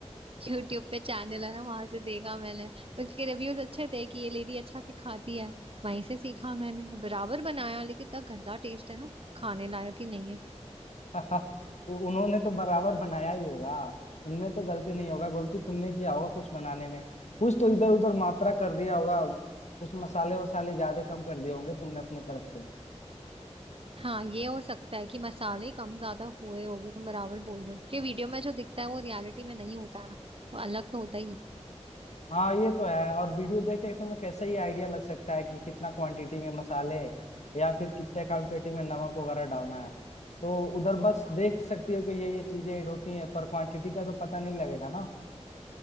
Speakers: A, on the right (about 50°); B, on the left (about 75°).
A: यूट्यूब पे चैनल है ना वहां से देखा मैंने उसके रिव्यूज अच्छे थे कि ये लेडी अच्छा सिखाती है वहीं से सीखा मैंने बराबर बनाया लेकिन इतना गंदा टेस्ट है ना खाने लायक ही नहीं है
B: <laughs> उ- उन्होंने तो बराबर बनाया ही होगा उनमें तो गलती नहीं होगा गलती तुमने किया होगा कुछ बनाने में कुछ तो इधर उधर मात्रा कर दिया होगा कुछ मसाले वसाले ज्यादा कम कर दिए होंगे तुमने अपने तरफ से
A: हाँ ये हो सकता है कि मसाले कम ज्यादा हुए होंगे तुम बराबर बोल रहे हो ये वीडियो में जो दिखता है वो रियलिटी में नहीं होता है ना वो अलग तो होता ही है
B: हाँ ये तो है और वीडियो देख के तुम्हें कैसे ही आइडिया लग सकता है कि कितना क्वांटिटी में मसाले या फिर कितने क्वांटिटी में नमक वगैरह डालना है तो उधर बस देख सकती हो कि ये ये चीजें ऐड होती हैं पर क्वांटिटी का तो पता नहीं लगेगा ना